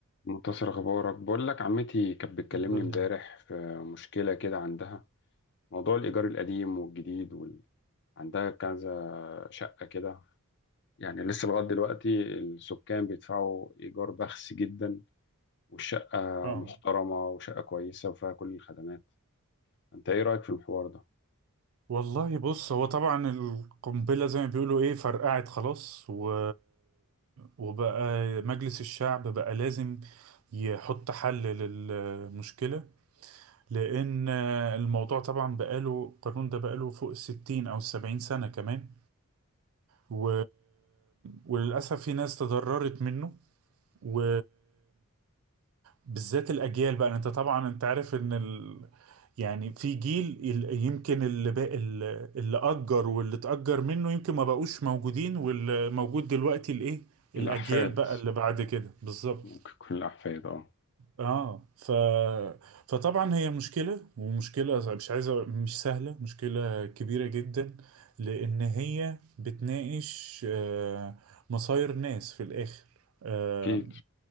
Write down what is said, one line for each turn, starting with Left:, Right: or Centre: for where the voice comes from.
Left: منتصر اخبارك بقول لك عمتي كانت بتكلمني
Right: الحمد لله
Left: امبارح في مشكله كده عندها موضوع الايجار القديم والجديد وال... عندها كذا شقه كده يعني لسه لغايه دلوقتي السكان بيدفعوا ايجار بخس جدا والشقه
Right: اه
Left: محترمه وشقه كويسه وفيها كل الخدمات انت ايه رايك في الحوار ده
Right: والله بص هو طبعا القنبلة زي ما بيقولوا ايه فرقعت خلاص و... وبقى مجلس الشعب بقى لازم يحط حل للمشكلة لأن الموضوع طبعا بقاله القانون ده بقاله فوق الستين أو السبعين سنة كمان و... وللأسف في ناس تضررت منه و... بالذات الاجيال بقى انت طبعا انت عارف ان ال... يعني في جيل ال- يمكن اللي بقى اللي اللي اجر واللي اتاجر منه يمكن ما بقوش موجودين واللي موجود دلوقتي الايه الاجيال
Left: الاحفاد
Right: بقى اللي بعد كده بالظبط
Left: ممكن تكون الاحفاد اه
Right: اه ف... فطبعا هي مشكلة ومشكلة مش عايزة مش سهلة مشكلة كبيرة جدا لأن هي بتناقش آه، مصاير ناس في الآخر آه،
Left: اكيد